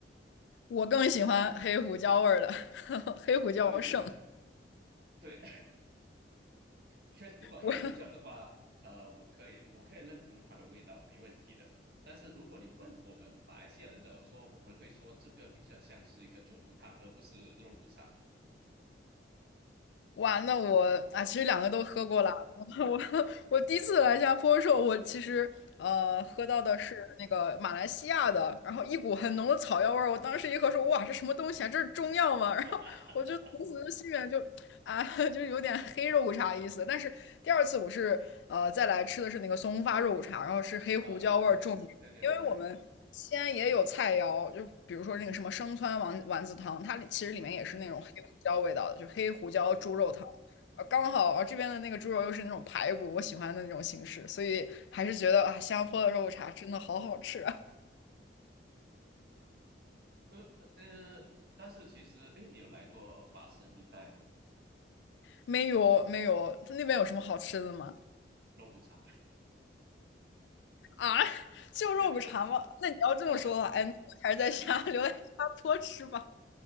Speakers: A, on the left; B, on the right.
A: 我更喜欢黑胡椒味儿的，<laughs> 黑胡椒胜。
B: 对对对。对，确如果黑胡椒的话，
A: 我
B: 呃，我可以我可以认同它的味道，没问题的。但是如果你问我们马来西亚人的说，我们会说这个比较像是一个猪肚汤，而不是肉骨茶。
A: 完了，那我啊，其实两个都喝过了。<laughs> 我我第一次来新加坡的时候，我其实呃喝到的是那个马来西亚的，然后一股很浓的草药味儿。我当时一喝说，哇，这什么东西啊？这是中药吗？<laughs> 然后我就从此就心里面就啊，
B: <laughs>
A: <laughs> 就是有点黑肉骨茶意思。但是第二次我是呃再来吃的是那个松花肉骨茶，然后是黑胡椒味儿重。
B: 啊，对对对对对对对对对对，
A: 因为我们西安也有菜肴，就比如说那个什么生汆丸丸子汤，它里其实里面也是那种黑胡椒味道的，
B: 嗯，
A: 就黑胡椒猪肉汤。
B: 对对对，
A: 呃，刚好啊这边的那个猪肉又是那种排骨，我喜欢的那种形式，所以还是觉得啊，新加坡的肉骨茶真的好好吃啊。
B: 呃呃，但是其实，哎，你有来过法生一带吗？
A: 没有没有，那边有什么好吃的吗？
B: 肉骨茶
A: 啊，就肉骨茶吗？
B: 跟跟
A: 那你要这么说的话，
B: 呃，
A: 哎，那我还是在家留在新加坡吃吧。
B: 这里